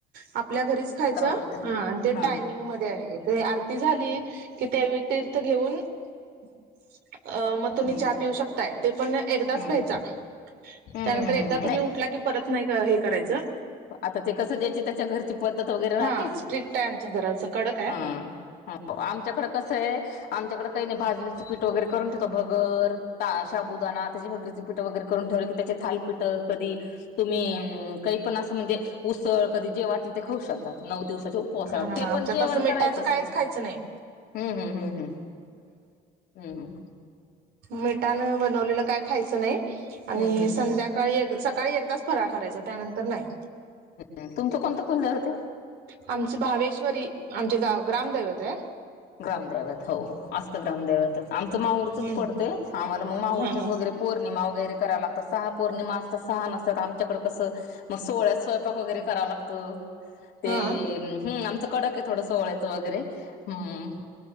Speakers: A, on the right (about 75°); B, on the left (about 75°).
A: आपल्या घरीच खायचं
B: लागतं
A: आणि ते
B: हा
A: टायमिंग मध्ये आहे आरती झाली - कि त्यावेळी तीर्थ घेऊन - अ मग तुम्ही
B: हम्म
A: चहा पिऊ शकताय ते पण एकदाच
B: हम्म
A: प्यायचा
B: हम्म
A: त्यानंतर
B: हम्म
A: एकदा
B: हम्म
A: तुम्ही
B: नाही
A: उठला की परत नाही हे करायचं
B: आता ते कसं द्यायची त्याच्या घरची पद्धत वगैरे राहती.
A: हा स्ट्रिक्ट आहे आमचं जरासं कडक आहे
B: हम् हो आमच्याकडं कसं आहे आमच्याकडं - काही नइ भाजनिचं पीठ वगैरे करून ठेवो भगर त शाबुदाणा त्याचे भगरीच पीठ वगैरे करून ठेवलं की त्याचे थालपीठं कधी तुम्ही म काही पण असं - म्हणजे उसळ कधी जे वाटले ते खाऊ शकतात नऊ दिवस - उपवासाला
A: हा
B: ते
A: आमच्यात
B: पण जेवण
A: असं
B: करायचच
A: मिठाचं काहीच
B: नाही.
A: खायचं नाही
B: हम्म हम्म हम्म हम्म हम्म हम्
A: मिठान बनवलेलं काय खायचं नाही आणि
B: हम्म हम्म
A: संध्याकाळी सकाळी एकदाच - फराळ करायचा त्यानंतर नाही.
B: हम तुमचं कोणतं कुलदैवत हाय?
A: आमच भावेश्वरी आमचे गाव ग्रामदैवत हाय.
B: ग्रामदैवत हो असतं ग्रामदैवतच आमचं माहूरचच
A: हम्म
B: पडते आम्हाला मग माहूरच्या
A: हा हा
B: वगैरे पौर्णिमा- वगैरे कराव लागतं सहा पौर्णिमा असत सहा नसतात आमच्याकड कसं मग सोहळ्यात स्वयपाक वगरे करावं लागतो ते
A: हा
B: हम् आमचं कडक आहे थोडं सोळ्यायचं वगैरे हम्म